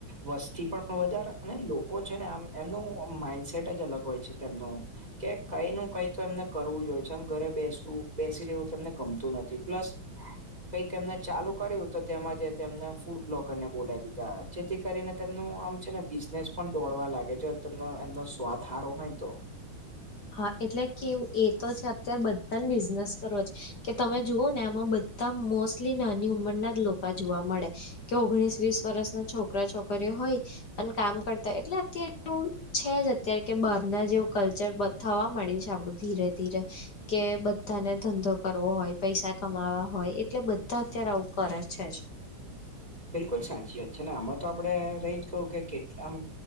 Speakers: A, on the right; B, on the left.
A: વસ્તી પણ વધારે અને લોકો છે ને આમ એમનું માઈન્ડસેટ જ અલગ હોય છે તેમનો. કે કઈ નું કઈ તો એમને કરવું જ હોય છે આમ ઘરે બેસવું બેસી રહ્યું તો એમને ગમતું નથી પ્લસ કંઈક એમને ચાલુ કર્યું તો તેમાંજ તેમને ફૂડ બ્લોગર ને બોલાવી દીધા જેથી કરીને તેમનું આમ છે ને બિઝનેસ પણ દોડવા લાગે જો તેમનો એમનો સ્વાદ હારો હોયને તો <unintelligible>
B: હા એટલે કેવું એ ત છે અતારે બધાને બિઝનેસ કરો છ કે તમે જુઓ ને આમાં તા મોસ્લી નાની ઉંમરના જ લોકા જોવા મળે. કે ઓગણીસ વીસ વરસ ન છોકરા છોકરીઓ હોય. પણ કામ કરતા એટલે અતારે એ છે જ અતારે કે બહાર ના જેવ કલ્ચર બથાવા મળ્યુ છે, આપડુ ધીરે ધીરે. કે બધાને ધંધો કરવો હોય, પૈસા કમાવા હોય એટલે બધા અતારે આવું કરે છે જ.
A: બિલકુલ સાચી વાત છે ને આમા તો આપડણે રહી જ ગયુ કે કેટલા આમ